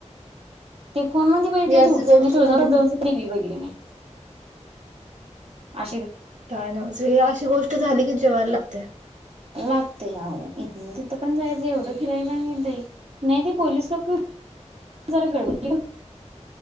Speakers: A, on the right; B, on the right.
A: ते फोन मध्ये भेटले
B: ही अशी
A: तेव
B: गोष्ट
A: मी तुझ
B: झाली
A: दोने
B: की
A: टी व्ही बघितली मी अ
B: काय नाही अशी गोष्ट झाली की जेवायला लागते
A: लागतेय आह इथ तिथं पण जायचं एवढं फिरायला नाही जाई नाही ते पोिस लक जरा गडबडी